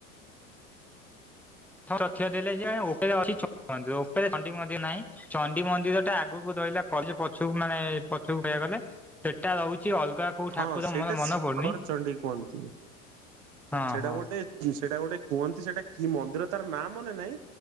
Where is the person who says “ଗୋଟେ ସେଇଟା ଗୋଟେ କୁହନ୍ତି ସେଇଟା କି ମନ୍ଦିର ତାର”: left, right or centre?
Right